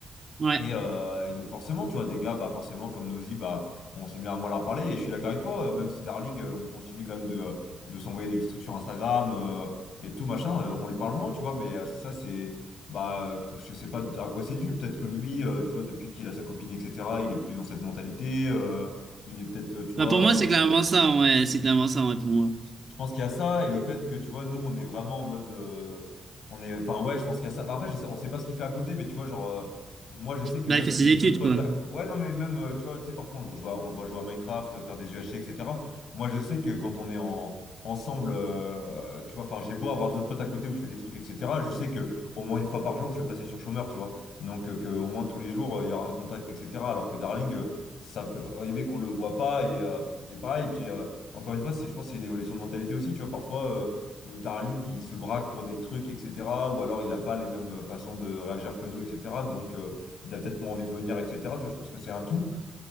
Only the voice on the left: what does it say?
Et, euh, et donc forcément, tu vois, des gars, bah forcément comme Nosy, bah on s'est mis à moins leur parler. Et je suis d'accord avec toi, euh, même si Darling, euh, on continue quand même de, euh, de s'envoyer des petits trucs sur Instagram euh, et tout machin, euh, on lui parle moins, tu vois. Mais euh, ça, c'est bah euh, que- je sais pas à quoi c'est dû. Peut-être que lui, euh, tu vois, depuis qu'il a sa copine, etc., il est plus dans cette mentalité. euh, il est peut-être, euh, tu vois.
euh,
je pense qu'il y a ça et le fait que tu vois, nous on est vraiment en mode. euh, on est, enfin ouais, je pense qu'il y a ça. Bah, après, je sais- on sait pas ce qu'il fait à côté, mais tu vois, genre, euh, moi je sais que
même
si
j'ai d'autres
potes
à... co- Ouais, non, mais même, euh, tu vois, tu sais, parfois on le voit, on le voit jouer à Minecraft, euh, faire des UHC, etc. Moi je sais que quand on est en, ensemble, euh, tu vois, enfin j'ai beau avoir d'autres potes à côté où je fais des trucs, etc. Je sais que au moins une fois par jour je vais passer sur chômeur, tu vois. Donc euh, que au moins tous les jours euh, il y aura un contact, etc. Alors que Darling, euh, ça peut arriver qu'on le voit pas et, euh, et pareil, et puis. euh, encore une fois, c'est, je pense que c'est une évolution de mentalité aussi. Tu vois, parfois, euh, euh, Darling, il se braque pour des trucs, etc. Ou alors, il n'a pas les mêmes euh, façons de réagir que nous, etc. Donc, euh, il a peut-être moins envie de venir, etc. Tu vois, je pense que c'est un tout.